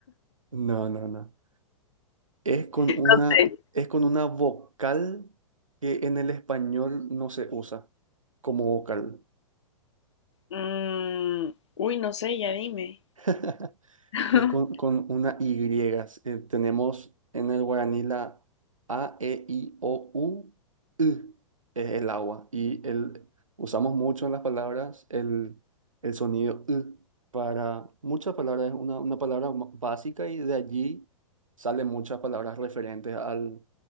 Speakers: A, on the right (about 85°); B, on the left (about 60°).
A: No, no, no. Es con una,
B: <laughs>
A: es con una vocal que en el español no se usa como vocal.
B: Mm, uy, no sé, ya dime.
A: <laughs>
B: <laughs>
A: Es con, con una Y. Eh, tenemos en el guaraní la A, E, I, O, U, U. Es el agua. Y el, usamos mucho en las palabras el, el sonido U para muchas palabras. Es una, una palabra ma- básica y de allí salen muchas palabras referentes al,